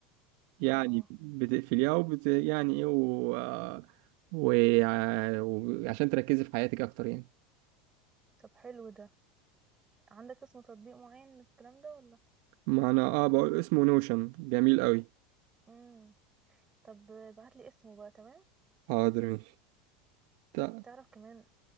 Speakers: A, on the right (about 55°); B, on the right (about 25°).
A: يعني
B: اه اه
A: بتقفليها وبت يعني إيه و... و... وعشان تركزي في حياتك أكتر يعني
B: طب حلو ده عندك اسم تطبيق معين للكلام ده ولا
A: معنى آه بقول اسمه نوشن جميل قوي
B: امم طب ابعتلي اسمه بقى تمام
A: حاضر ماشي تا-
B: تعرف كمان